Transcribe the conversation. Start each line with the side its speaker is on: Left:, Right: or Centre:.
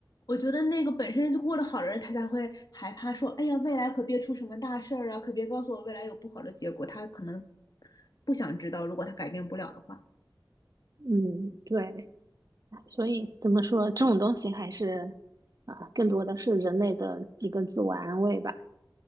Left: 我觉得那个本身就过得好的人，他才会害怕说，哎呀，未来可别出什么大事儿啊，可别告诉我未来有不好的结果。他可能不想知道，如果他改变不了的话。
Right: 嗯，对，所以怎么说，这种东西还是啊，更多的是人类的几个自我安慰吧。